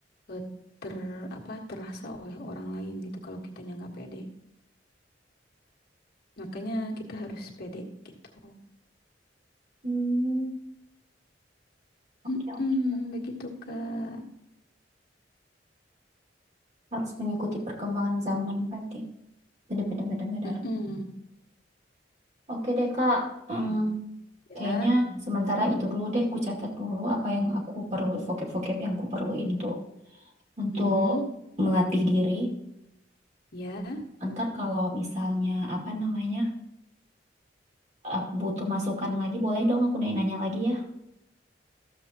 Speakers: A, on the left (about 60°); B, on the right (about 40°).
A: eh, ter apa terasa oleh orang lain gitu kalau kitanya nggak pede. Makanya kita harus pede gitu.
B: Hmm, oke
A: Mm-mm,
B: oke oke.
A: begitu Kak.
B: harus mengikuti perkembangan zaman berarti benar-benar benar-benar
A: Mm-mm.
B: oke deh kak Hmm,
A: Gimana? Ya.
B: kayaknya sementara itu dulu deh ku catat dulu apa yang aku perlu vocab-vocab yang ku perluin tuh untuk
A: Mm-mm.
B: melatih diri
A: Ya,
B: ntar kalau misalnya apa namanya Aku butuh masukan lagi. Boleh dong aku nanya-nanya lagi ya?